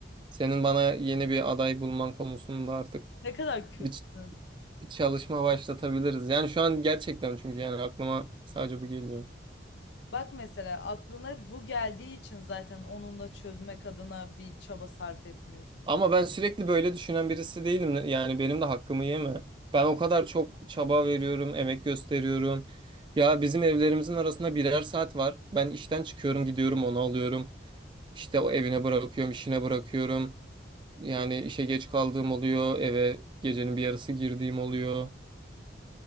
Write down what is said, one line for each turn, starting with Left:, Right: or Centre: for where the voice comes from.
Right: senin bana yeni bir aday bulman konusunda artık
Left: ne kadar kötüsün.
Right: bir ç- bir çalışma başlatabiliriz. Yani şu an gerçekten çünkü yani aklıma sadece bu geliyor.
Left: Bak mesela aklına bu geldiği için zaten onunla çözmek adına bir çaba sarf etmiyorsun.
Right: Ama ben sürekli böyle düşünen birisi değilim. Yani benim de hakkımı yeme. Ben o kadar çok çaba veriyorum, emek gösteriyorum. Ya bizim evlerimizin arasında birer saat var. Ben işten çıkıyorum, gidiyorum, onu alıyorum. İşte o evine bırakıyorum, işine bırakıyorum. Yani işe geç kaldığım oluyor, eve gecenin bir yarısı girdiğim oluyor.